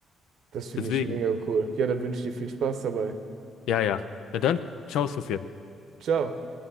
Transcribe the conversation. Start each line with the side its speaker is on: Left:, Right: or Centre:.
Right: das finde
Left: Deswegen,
Right: ich mega cool. Ja, da wünsche ich dir viel Spaß dabei.
Left: ja, ja. Ja, dann, ciao, Sophia.
Right: Ciao.